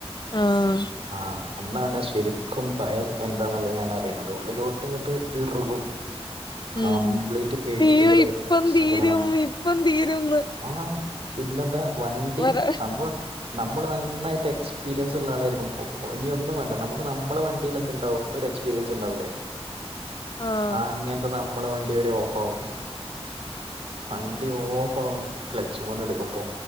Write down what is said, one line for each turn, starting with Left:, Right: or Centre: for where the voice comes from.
Left: ആഹ്
Right: ആഹ അന്നാണ് ശരിക്കും ഭയം എന്താന്നുള്ളത് ഞാൻ അറിയണത് ഉള്ളിലോട്ട് ഇങ്ങിട്ട് ഇറുകും കംപ്ലീറ്റ്
Left: ഉം
Right: പേഴ്ശികള്
Left: അയ്യോ ഇപ്പം
Right: സകലമാന
Left: തീരും ഇപ്പം തീരുംന്ന്
Right: ആഹ പിന്നെന്താ വണ്ടി
Left: പറ
Right: സംഭവം നമ്മള് നന്നായിട്ട് എക്സ്പീരിയൻസ് ഉള്ള ആളായിരിക്കും ഇ ഇനിിയ ഒന്നും വണ്ട നമുക്ക് നമ്മളെ വണ്ടിൽ എന്തുണ്ടാവും ഒരു എ്പ എ്പരിയസ് ഉണ്ടാവല്ലേ
Left: ആഹ്
Right: ആ അങ്ങനത്തെ നമ്മള് വണ്ടി വരെ ഓഫ് ആകും വണ്ടി ഓഫ് ആകും ക്ലച്ച് പോന്ന് എടുക്കുമ്പോ